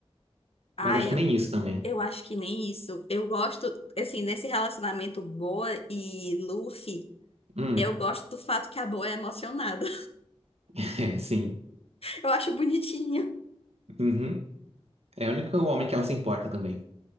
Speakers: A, on the left; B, on the right.
A: Ah,
B: Mas acho
A: eu,
B: que nem isso também.
A: eu acho que nem isso. Eu gosto, assim, nesse relacionamento Boa e Luffy,
B: Hum,
A: eu gosto do fato que a Boa é emocionada.
B: <laughs> é, sim.
A: Eu acho bonitinho.
B: Uhum. É o único homem que ela se importa também.